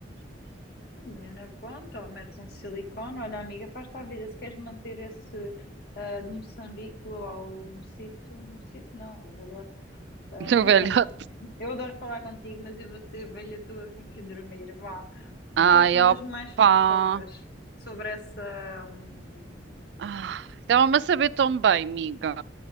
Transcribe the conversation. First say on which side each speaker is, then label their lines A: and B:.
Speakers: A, on the left; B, on the right.
A: Menina, conta, ou metes um silicone, olha, amiga, faz-te a vida. Se queres manter esse ah, de Moçambique lá o Mocito, Mocito não, o velhote. ah,
B: <laughs> Do
A: mas
B: velho.
A: pronto, <laughs> eu adoro falar contigo, mas eu vou ser velha tua, tenho que dormir, vá.
B: Ai,
A: Depois contas
B: opa.
A: mais fofocas sobre essa. hum,
B: Ah, Estava-me a saber tão bem, amiga.